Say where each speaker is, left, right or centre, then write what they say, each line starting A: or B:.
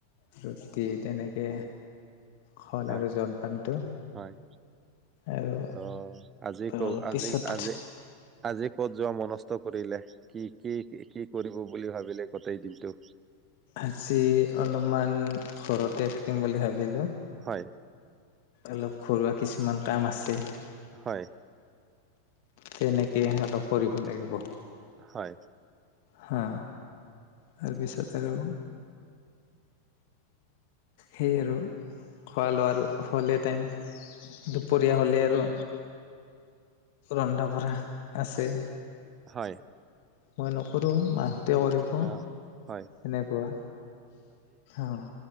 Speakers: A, on the left; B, on the right.
A: ৰুটি তেনেকে হ'ল
B: হয়,
A: আৰু জলপানটো।
B: হয়।
A: আৰু
B: অ', আজি
A: অলপ
B: ক আজি
A: পিছত
B: আজি আজি ক'ত যোৱা মনস্থ কৰিলে। কি কি কি কৰিব বুলি ভাবিলে গোটেই দিনটো।
A: আজি অলপমান ঘৰতে থাকিম বুলি ভাবিলোঁ
B: হয়।
A: অলপ ঘৰুৱা কিছুমান কাম আছে।
B: হয়।
A: তেনেকে অলপ কৰিব লাগিব।
B: হয়।
A: হা, তাৰপিছত আৰু সেই আৰু খোৱা লোৱাৰ হ'লে টাইম, দুপৰীয়া হ'লেই আৰু ৰন্ধা বঢ়া আছে।
B: হয়।
A: মই নকৰো মাহঁ তে কৰিব
B: অ' হয়।
A: এনেকুৱা, অ'